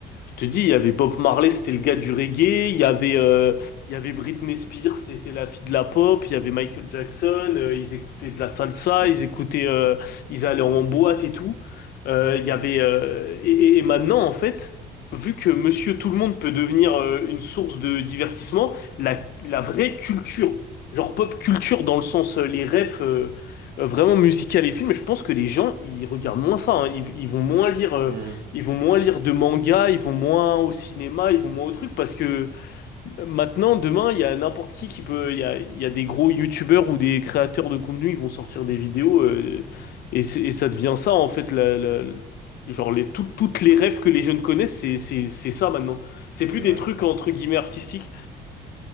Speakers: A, on the left; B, on the right.
A: je te dis, il y avait Bob Marley, c'était le gars du reggae. Il y avait, euh, il y avait Britney Spears, c'était la fille de la pop. Il y avait Michael Jackson, euh, ils écoutaient de la salsa,
B: mhm,
A: ils écoutaient, euh, ils allaient en boîte et tout. Euh, il y avait, euh, et, et- et maintenant, en fait, vu que Monsieur Tout le Monde peut devenir euh, une source de divertissement, la, la vraie culture, genre pop culture dans le sens euh, les refs. euh, euh, vraiment musical et films, je pense que les gens, ils regardent moins ça, hein. Ils, ils vont moins lire. euh,
B: mhm,
A: ils vont moins lire de manga, ils vont moins au cinéma, ils vont moins au truc parce que maintenant, demain, il y a n'importe qui qui peut, il y a, il y a des gros youtubeurs ou des créateurs de contenu, ils vont sortir des vidéos euh, et, c'est- et ça devient ça en fait, la, la- genre les, tout- toutes les rêves que les jeunes connaissent, c'est, c'est, c'est ça maintenant. C'est plus
B: c'est
A: des
B: vrai.
A: trucs entre guillemets artistiques.